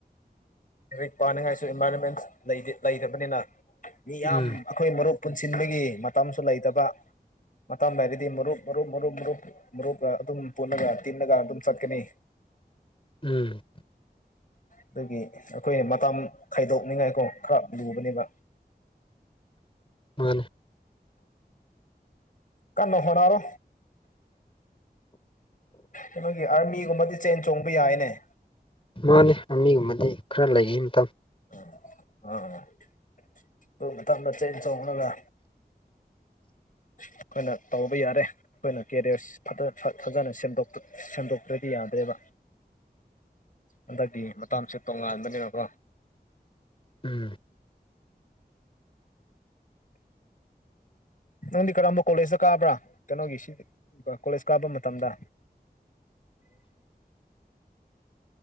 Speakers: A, on the left; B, on the left.
A: ꯂꯥꯏꯔꯤꯛ ꯄꯥꯅꯤꯡꯉꯥꯏꯁꯨ ꯏꯟꯚꯥꯏꯔꯣꯟꯃꯦꯟ ꯂꯩꯇꯕꯅꯤꯅ ꯃꯤꯌꯥꯝ
B: ꯎꯝ
A: ꯑꯩꯈꯣꯏ ꯃꯔꯨꯞ ꯄꯨꯟꯁꯤꯟꯕꯒꯤ ꯃꯇꯝꯁꯨ ꯂꯩꯇꯕ ꯃꯇꯝꯥꯡ ꯍꯥꯏꯔꯗꯤ ꯃꯔꯨꯞ ꯃꯔꯨꯞ ꯃꯔꯨꯞ ꯃꯔꯨꯞ ꯃꯔꯨꯞꯀ ꯑꯗꯨꯝ ꯄꯨꯜꯂꯒ ꯇꯤꯟꯅꯒ ꯑꯗꯨꯝ ꯆꯠꯀꯅꯤ
B: ꯎꯝ
A: ꯑꯗꯨꯒꯤ ꯑꯩꯈꯣꯏꯅ ꯃꯇꯝ ꯈꯥꯏꯗꯣꯛꯅꯤꯡꯉꯥꯏꯀꯣ ꯈꯔ ꯂꯨꯕꯅꯦꯕ
B: ꯃꯥꯅꯦ
A: ꯀꯩꯅꯣ ꯍꯅꯔꯣ ꯀꯩꯅꯣꯏꯒꯤ ꯑꯥꯔꯃꯤꯒꯨꯝꯕꯗꯤ ꯆꯦꯟ ꯆꯣꯡꯕ ꯌꯥꯏꯅꯦ
B: ꯃꯥꯅꯦ ꯃꯤꯒꯨꯝꯕꯗꯤ ꯈꯔ ꯂꯩꯈꯤ ꯃꯇꯝ
A: ꯎꯝ ꯑꯥ ꯑꯩꯈꯣꯏ ꯃꯇꯝꯗ ꯆꯦꯟ ꯆꯣꯡꯅꯒ ꯑꯩꯈꯣꯏꯅ ꯇꯧꯕ ꯌꯥꯔꯦ ꯑꯩꯈꯣꯏꯅ ꯀꯦꯔꯤꯌꯔ ꯐ ꯐꯖꯅ ꯁꯦꯝꯗꯣꯛ ꯁꯟꯗꯣꯛꯇ꯭ꯔꯗꯤ ꯌꯥꯗꯦꯕ ꯑꯟꯗꯗꯤ ꯃꯇꯁꯦ ꯇꯣꯉꯥꯟꯕꯅꯤꯅꯀꯣ
B: ꯎꯝ
A: ꯅꯪꯗꯤ ꯀꯔꯝꯕ ꯀꯣꯂꯦꯖꯇ ꯀꯥꯕ꯭ꯔꯥ ꯀꯩꯅꯣꯒꯤ ꯁꯤ ꯀꯣꯂꯦꯖ ꯀꯥꯕ ꯃꯇꯝꯗ